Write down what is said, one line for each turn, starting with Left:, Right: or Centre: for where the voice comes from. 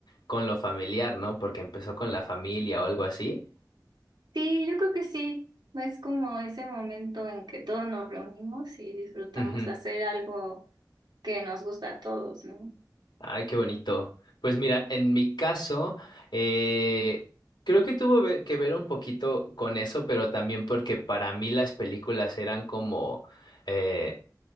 Left: con lo familiar, ¿no? Porque empezó con la familia o algo así.
Right: Sí, yo creo que sí. Es como ese momento en que todos nos reunimos y disfrutamos
Left: Ujú.
Right: de hacer algo que nos gusta a todos, ¿no?
Left: Ay, qué bonito. Pues mira, en mi caso, eh, creo que tuvo ve- que ver un poquito con eso, pero también porque para mí las películas eran como, eh,